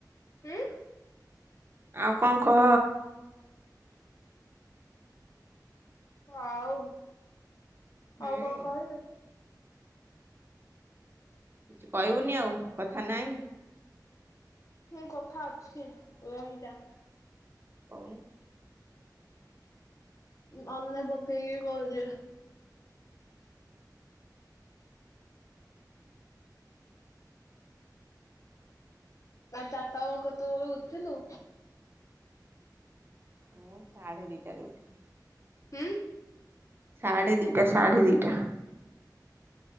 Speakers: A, on the left; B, on the right.
A: ଉଁ
B: ଆଉ କଣ କହ?
A: ଆଉ
B: ହୁଁ
A: ଆଉ କଣ କହିବି?
B: କିଛି କହିବୁନି ଆଉ କଥା ନାହିଁ।
A: ଉଁ କଥା ଅଛି ରହିଯା।
B: ଓ।
A: ମନେ ପକେଇକି କହୁଛି। ତା ଚାପା କେତେବେଳୁ ଉଠିଲୁ।
B: ମୁଁ ସାଢେ ଦିଟାରେ ଉଠିଲି।
A: ହୁଁ।
B: ସାଢ଼େ ଦିଟା ସାଢ଼େ ଦିଟା।